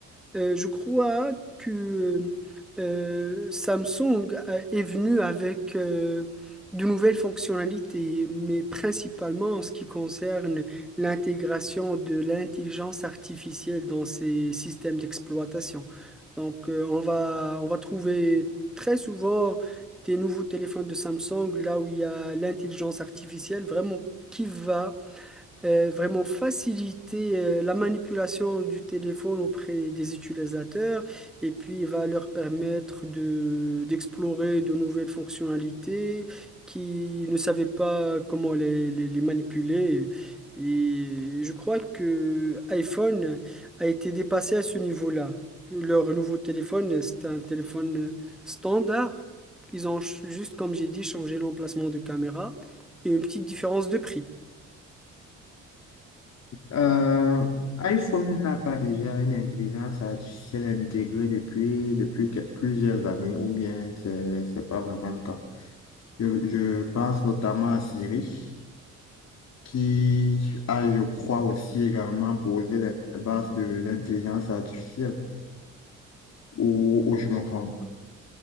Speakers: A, in the centre; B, on the left.
A: euh, je crois que euh, Samsung a- est venu avec euh, de nouvelles fonctionnalités, mais principalement en ce qui concerne l'intégration de l'intelligence artificielle dans ses systèmes d'exploitation. Donc, euh, on va, on va trouver très souvent des nouveaux téléphones de Samsung là où il y a l'intelligence artificielle vraiment qui va euh, vraiment faciliter euh, la manipulation du téléphone auprès des utilisateurs et puis il va leur permettre de d'explorer de nouvelles fonctionnalités qui ne savaient pas comment les, les- les manipuler. Et je crois que iPhone a été dépassé à ce niveau-là. Leur nouveau téléphone, c'est un téléphone standard. Ils ont ch- juste, comme j'ai dit, changé l'emplacement de caméra et une petite différence de prix.
B: Euh, iPhone n'a pas déjà une intelligence artificielle intégrée depuis, depuis que- plusieurs années, ou bien c'est, c'est pas vraiment le cas. Je, je pense notamment à Siri, qui a, je crois, aussi également posé les bases de l'intelligence artificielle, ou, ou je me trompe.